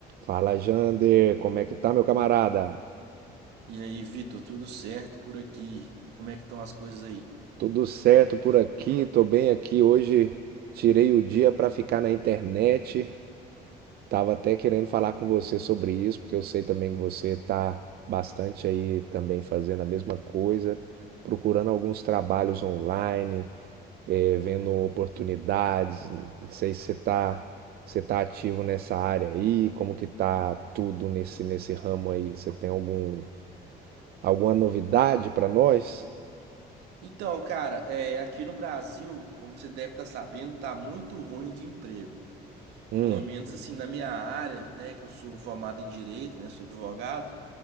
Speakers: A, on the right; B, on the right.
A: Fala, Jander, como é que tá, meu camarada?
B: E aí, Vitor, tudo certo por aqui? E como é que estão as coisas aí?
A: Tudo certo por aqui, tô bem aqui. Hoje tirei o dia pra ficar na internet. Tava até querendo falar com você sobre isso, porque eu sei também que você tá bastante aí também fazendo a mesma coisa, procurando alguns trabalhos online, eh, vendo oportunidades. Não sei se você tá, você tá ativo nessa área aí, como que tá tudo nesse, nesse ramo aí? Você tem algum, alguma novidade pra nós?
B: Então, cara, é, aqui no Brasil, como você deve estar sabendo, tá muito ruim de emprego.
A: Hum,
B: Pelo menos assim, na minha área, né, que eu sou formado em direito, né, sou advogado,